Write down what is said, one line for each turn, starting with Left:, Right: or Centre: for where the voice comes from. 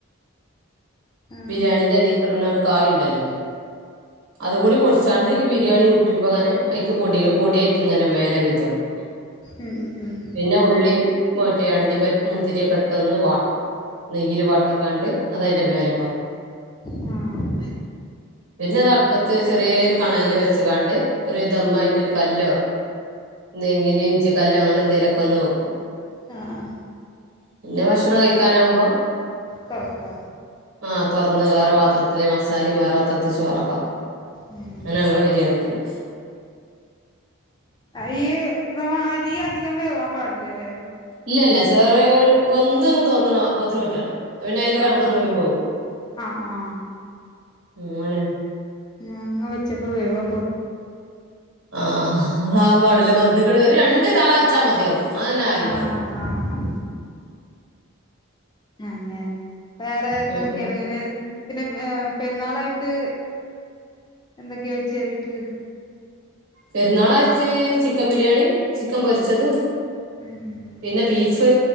Left: ആഹ്
Right: ബിരിയാണിന്റെ ഇതിക്ക് ഇട്നൊ കായിണ്ടല്ലോ അതുകൂടി പൊടിച്ചാണ്ട്
Left: ആഹ്
Right: ഈ ബിരിയാണി മൂ ഉറ്റുമ്പോൾങ്ങനെ അയ്ക്ക് പൊടി പൊടിയായിട്ട് ഇങ്ങനെ മേലെ വിതറും
Left: ഉം ഉം
Right: പിന്നെ ഉള്ളിയ മറ്റേ അണ്ടിപരിപ്പ് മുന്തിരിയൊക്കെ ഇട്ട് ഒന്ന് വാട്ടും നെയ്യി ൽ വാട്ടിക്കാണ്ട് അതിന്റെ മേലെ
Left: ഉം ആഹ്
Right: പിന്നതാ അടുപ്പത്ത് ചെറിയൊരു കണലിൽ വെച്ച കാണ്ട് ഒരു ദമായിട്ട് ഒരു കല്ലോ എന്തെങ്കിലും ഇഞ്ചി കല്ലോ അങ്ങനെ എന്തെലൊക്കെ ഒന്ന് വെക്കും
Left: അ ആ
Right: പിന്നെ ഭക്ഷണം കഴിക്കാനവുമ്പോ
Left: തൊർക്ക
Right: ആ തുറന്ന് വേറെ പാത്രത്തില് മ സാലി വേറെപാത്രത്തത്തിൽ ചോറൊക്കെ ആക്കും
Left: ഉം
Right: ന ഞങ്ങളെ ബിരിയാണിക്കല്
Left: ഈ നമ്മ അരി അധികം വേവാൻ പാടില്ല അല്ലേ
Right: ഇല്ല ഇല്ല ചെറ ഒരു ഒ അത തോന്നണം അപ്പോത്തിന് ഊറ്റണം പിന്നെ അതില്
Left: ആഹ
Right: കടന്ന് ഒന്നൂടി പോകും
Left: ആ ആ
Right: ഉം അലാണ്
Left: ഞാങ്ങ വെച്ചപ്പോ വേവ്
Right: ആ അതാകൻ പാടില് ബന്ധുക്കള് ഒരു രണ്ടു താള അച്ചാ മതിയാവും അങ്ങനെ ആയില്ലോ
Left: ആഹ് ആങ്ങനെ വേറെ എന്തൊക്കെയാണ്
Right: ഉം ഉം
Left: പിന്നെ ഏ പെരുന്നാളായിട്ട് എന്തൊക്കെയാ വെച്ച വീട്ടില്
Right: പെരുന്നാളാഴച്ച് ചിക്കൻ ബിരിയാണിയും ചിക്കൻ പൊരിച്ചതും
Left: ഉം
Right: പിന്നെ ബീഫ്